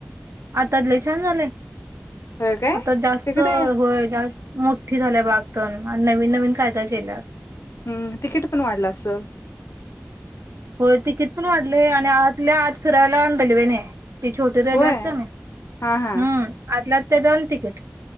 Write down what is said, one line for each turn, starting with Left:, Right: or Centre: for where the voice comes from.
Right: आताले छान झालेय.
Left: होय काय
Right: आता जास्त
Left: तिकडे
Right: होय जास्त मोठी झाल्या बागतण नवीन नवीन कायदा केल्यात
Left: हम्म तिकीट पण वाढलं असल.
Right: होय ते किथून वाढले आणि आतल्या आत फिरायला आणल वने. ती छोटी रेल्वे
Left: होय
Right: असते ना हम्म
Left: हा हा
Right: आतल्या ते दन तिकीट.